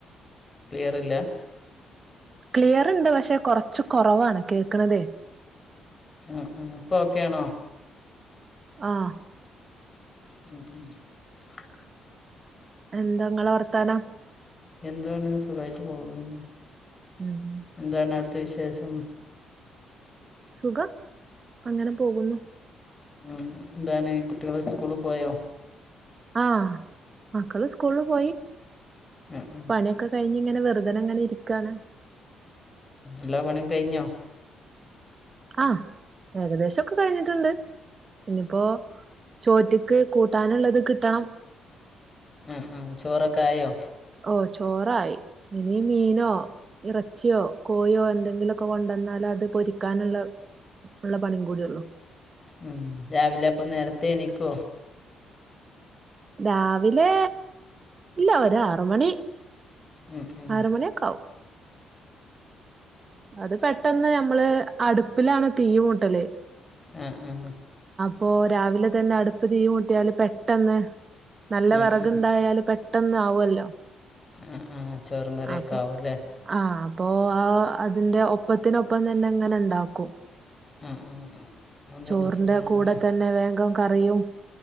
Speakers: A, on the left (about 25°); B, on the right (about 40°).
A: ക്ലിയർല്ല
B: ക്ലിയർ ഇണ്ട് പക്ഷെ കൊറച്ച് കുറവാണ് കേക്കണതേ
A: ഉം ഉം ഇപ്പൊ ഒക്കെയാണോ?
B: ആഹ്
A: <inaudible>
B: എന്താ നിങ്ങളെ വർത്താനം?
A: എന്താണ് സുഖമായിട്ട് പോകുന്നു.
B: ഉം
A: എന്താണ് അ വിശേഷം?
B: സുഖം അങ്ങനെ പോകുന്നു.
A: ഉം എന്താണ് കുട്ടികള് സ്കൂള പോയോ?
B: ആഹ് മക്കള് സ്കൂളിൽ പോയി.
A: ആ, ആ,
B: പണിയൊക്കെ കഴിഞ്ഞ് ഇങ്ങനെ വെറുതന അങ്ങനെ ഇരിക്കാണ്.
A: എല്ല പണിയും കഴിഞ്ഞോ?
B: ആഹ് ഏകദേശൊക്കെ കഴിഞ്ഞിട്ടുണ്ട് ഇന്നിയിപ്പോ ചോറ്റക്ക് കൂട്ടാനുള്ളത് കിട്ടണം.
A: ഉം ഉം ചോറൊക്കെ ആയോ?
B: ഓ ചോറായി ഇനി മീനോ ഇറച്ചിയോ കോയോ എന്തെങ്കിലുമൊക്കെ കൊണ്ടുവന്നാല അത് പൊരിക്കാനുള്ള ഉള്ള പണിയും കൂടിയുള്ളു.
A: ഉം രാവിലെ അപ്പ നേരത്തെ എണിക്കോ?
B: രാവിലെ ഇല്ല ഒരാറ് മണി
A: ഉം, ഉം.
B: ആറ് മണിയൊക്കെ ആവും. അത് പെട്ടെന്ന് ഞമ്മള് അടുപ്പിലാണ് തീ മൂട്ടല്.
A: ആ ആ
B: അപ്പൊ രാവിലെ തന്നെ അടുപ്പ് തീ മുട്ടിയാല് പെട്ടെന്ന് നല്ല
A: ആ
B: വറകണ്ടായാലും
A: ആ
B: പെ പെട്ടന്ന് ആവല്ലോ
A: ആ ആ ചോറും കറിയൊക്കെ
B: അപ്പൊ
A: ആവും അല്ലേ
B: ആഹ് അപ്പൊ ആ അതിന്റെ ഒപ്പത്തിനൊപ്പം തന്നെ എങ്ങനെ ഉണ്ടാക്കും
A: ആ ആ ആ. അതുകൊണ്ടുള്ള
B: ചോറിന്റെ
A: സുഖമാണല്ലേ
B: കൂടെ തന്നെ വേഗും കറിയും